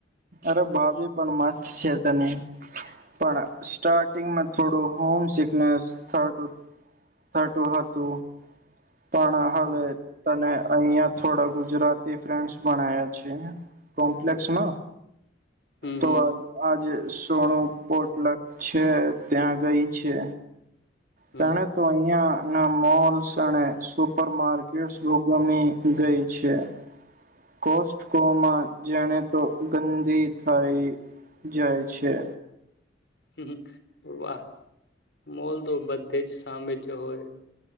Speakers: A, on the right; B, on the left.
A: અરે ભાભી પણ મસ્ત છે તને પણ સ્ટાર્ટિંગ મ થોડું હોમ સિકનેસ થ થતું હતું પણ હવે
B: હમ
A: તને અહિયાં થોડા ગુજરાતી ફ્રેન્ડ્સ ભણયા છે લક્ષ્મ
B: હમ
A: તો આજ સોણું પોટલક છે ત્યાં ગઈ છે
B: હમ
A: તણે તો અહિયાં ના મોલ શણે સુપરમાર્કેટ્સ ભૂગમી ગઈ છે કોસ્ટકોમાં જાણે તો ગંદી થઇ જાય છે
B: હ વાહ મોલ તો બધે જ સામે જ હોય